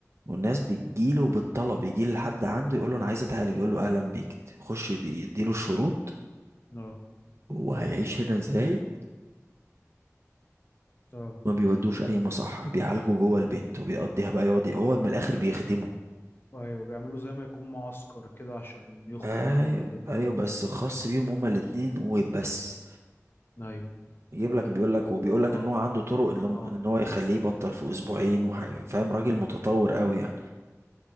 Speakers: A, on the right (about 50°); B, on the left (about 40°).
A: والناس بتجيله بالطلب يجي لحد عنده يقول له انا عايز اتعالج يقول له اهلا بيك يخش يدي- يديله الشروط
B: اه
A: هو هيعيش هنا ازاي
B: اه
A: ما بيودوش اي مصح بيعالجه جوه البيت وبيقضيها بقى يقعد هو من الاخر بيخدمه
B: ايوه بيعملوا زي ما يكون معسكر كده عشان يخرج
A: ايوه
B: منه كل الكلام
A: ايوه بس خاص بيهم هما الاتنين وبس
B: ده ايوه
A: يجيب لك بيقول لك
B: هو
A: وبيقول لك ان هو عنده طرق ان هم-
B: اه
A: إن هو يخليه يبطل في اسبوعين وح- فاهم راجل متطور قوي يعني